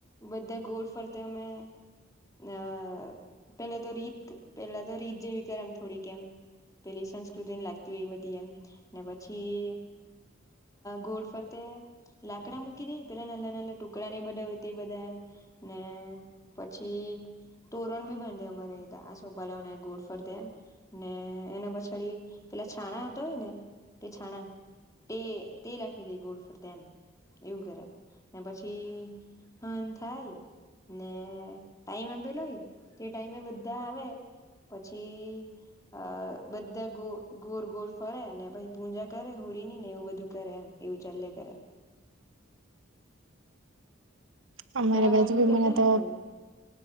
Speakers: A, on the left (about 15°); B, on the right (about 85°).
A: બધા ગોળ ફરતા અમે. ના પેલા તો રીત પેલા તો રીત જેવી કરે એમ થોડી કેમ. પેલી સંસ્કૃતિને લાગતી હો એ બધી એમ ને પછી ગોડ. પર તે લાકડા મૂકી દે પેલા નલા નાલા ટુકડા નઈ બનાાવ તે બધા એમ ને. પછી. તોરણ બી બંધ દેરે આ સોપલાઓને ગોડ ફર દેમ ને એના પછડી. પેલા છાણા આવતા હોય ને તે છાણા તે તે લખી દે ગોડ ફરતામ. એવું કરે ને પછી હ થાય. ને ટાઈમ આપેલો હોય તે ટાઈમે બધા આવે. પછી અ બધા ગો ગોળ ગોળ ફરે ને પછી પૂજા કરે હો. ને એવું બધું કરે એમ એવું ચલે કરે.
B: અમારે
A: તમારી
B: બાજુ બી
A: કરતા
B: મને તો
A: હે ને આવું